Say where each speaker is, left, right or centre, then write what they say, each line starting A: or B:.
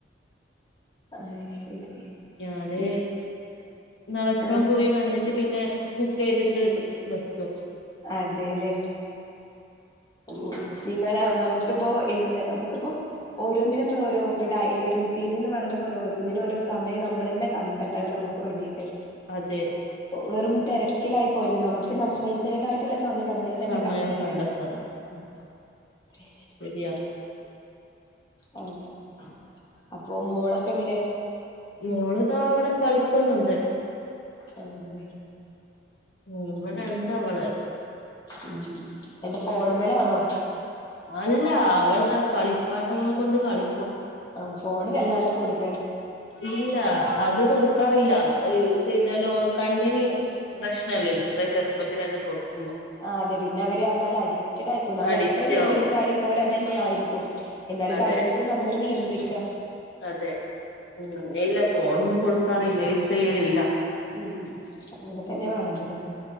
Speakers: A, on the left; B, on the left.
A: അ ആ ശരി
B: ഞാന്
A: നി
B: നടക്കാൻ
A: ആഹ്
B: പോയി മന്ന പിന്നെ കുക്ക് ചെയ്തിട്ട്ും നക്കും
A: അതെല്ലേ ഉ
B: ഉം
A: നിങ്ങളെ നമുക്കിപ്പോൊ എന്ത് നമുക്കിപ്പോ ഓരോന്നിനും നമ്മൾ ഓരോ ഇ ഡെലി റുട്ടീൻ എന്ന് പറഞ്ഞ പോലെ ഓരോന്നിനും ഓരോ സമയം നമ്മൾ തന്നെ കണ്ടെത്തണം നമുക്ക് വേണ്ടീട്ട്
B: അതെ
A: വെറും തിരക്കിലായി പോയത് നമുക്ക് നമ്മളുടേതായിട്ടുള്ള സമയം നമ്മൾ തന്നെ
B: സമയം
A: കണ്ടെത്തണം
B: ഉം
A: െ
B: ശരിയാ
A: അതെ അപ്പൊ മോളൊക്കെ എവിടെ
B: മോള്താ അവിടെ കളിക്കുന്നുണ്ട്
A: അത
B: ഉം ഇവിടെ
A: ഉ
B: ഇണ്ട് അവള്
A: ഉ എന്റെ ഫോൺ മലാണോ
B: അല്ല അവളതാ കളിപ്പാട്ടങ്ങൾ കൊണ്ട് കളി
A: ആ ഫോണും വല്ലാണ്ട് കൊടുക്ക
B: ഇല്ല അത് കൊടുക്കാറില്ല യൂസ് ചെയ്താലോ കണ്ണിന് പ്രശ്നല്ലേ ഇത്ര ചെറുപ്പത്തിൽ തന്നെ കൊടുക്കും
A: ആ അതെ പിന്നെ അവര് പറഞ്ഞാാലും അഡിക്റ്റഡ് ആയി പോും നമ്മൾ
B: അഡിക്റ്റ്
A: എത്ര നിയന്ത്രിച്ചാലും
B: ആവും
A: ഓരത് തന്നെ ആയിരിക്കും എന്നാൽ
B: അതെ
A: കഴിയുന്നത് നമ്മൾ നിയന്ത്രിക്ക
B: അതെ ഉ ഇല്ല ഫോണൊന്നും കൊടുക്കാറില്ല യൂസ് ചെയ്യലില്ല
A: ഉം അങ്ങനെ തന്നെ വേണ്ടത്